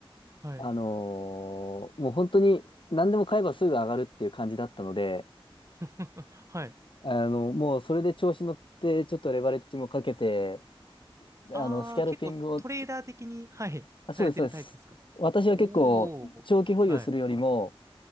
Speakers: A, on the right (about 30°); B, on the left (about 60°).
A: はい。
B: あのーもう本当に何でも買えばすぐ上がるっていう感じだったので、
A: <laughs> はい。
B: あの、もうそれで調子乗って、ちょっとレバレッジもかけて、
A: ああ、
B: あの、スキャルピングを、
A: 結構トレーダー的に、はい、
B: あ、
A: されてるタイプですか。
B: そうです、そうです。私は結構、
A: おおー。
B: 長期保有するよりも、
A: はい。